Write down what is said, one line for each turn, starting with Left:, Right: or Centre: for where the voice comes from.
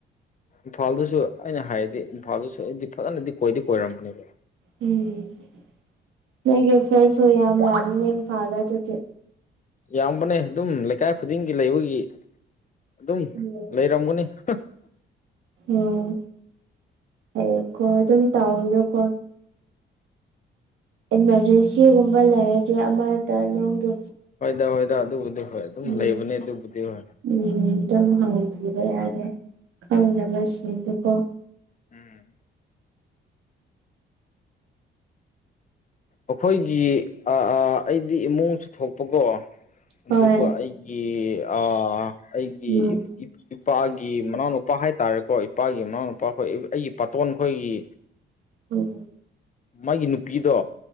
Left: ꯏꯝꯐꯥꯜꯗꯁꯨ ꯑꯩꯅ ꯍꯥꯏꯔꯗꯤ ꯏꯝꯐꯥꯜꯗꯁꯨ ꯑꯩꯗꯤ ꯐꯖꯅꯗꯤ ꯀꯣꯏꯗꯤ ꯀꯣꯏꯔꯝꯕꯅꯦꯕ
Right: ꯎꯝ ꯐ꯭ꯔꯦꯟ ꯌꯥ ꯃ ꯐꯥꯗꯔꯦ
Left: ꯌꯥꯝꯕꯅꯦ ꯑꯗꯨꯝ ꯂꯩꯀꯥꯏ ꯈꯨꯗꯤꯡꯒꯤ ꯂꯩꯕꯒꯤ ꯑꯗꯨꯝ
Right: ꯎꯝ
Left: ꯂꯩꯔꯝꯒꯅꯤ <inaudible>
Right: ꯎꯝ ꯑꯩꯀꯣ ꯑꯗꯨꯝ ꯇꯥꯎꯑꯣꯌꯣꯀꯣ ꯏꯃꯥꯔꯖꯦꯟꯁꯤꯒꯨꯝꯕ ꯂꯩꯔꯗꯤ ꯑꯃꯗ ꯅꯒꯤ
Left: ꯍꯣꯏꯗ ꯍꯣꯏꯗ ꯑꯗꯨꯕꯨꯗꯤ ꯍꯣꯏ ꯑꯗꯨꯝ
Right: ꯎꯝ
Left: ꯂꯩꯕꯅꯤ ꯑꯗꯨꯕꯨꯗꯤ ꯍꯣꯏ
Right: ꯎꯝ ꯑꯗꯨꯝ ꯍꯥꯡꯕꯤꯕ ꯌꯥꯔꯦ ꯈꯪꯅꯕꯁꯤꯡꯗꯨꯀꯣ
Left: ꯎꯝ ꯑꯩꯈꯣꯏꯒꯤ ꯑꯩꯗꯤ ꯏꯃꯨꯡꯁꯨ ꯊꯣꯛꯄꯀꯣ
Right: ꯍꯣꯏ
Left: ꯑꯗꯨꯒ ꯑꯩꯒꯤ ꯑꯩꯒꯤ
Right: ꯎꯝ
Left: ꯏꯄꯥꯒꯤ ꯃꯅꯥꯎꯅꯨꯄꯥ ꯍꯥꯏꯔꯦ ꯇꯥꯔꯦꯀꯣ ꯏꯄꯥꯒꯤ ꯃꯃꯥꯅꯨꯄꯥ ꯑꯩꯈꯣꯏ ꯑꯩꯒꯤ ꯄꯥꯇꯣꯟ ꯈꯣꯏꯒꯤ
Right: ꯎꯝ
Left: ꯃꯥꯒꯤ ꯅꯨꯄꯤꯗꯣ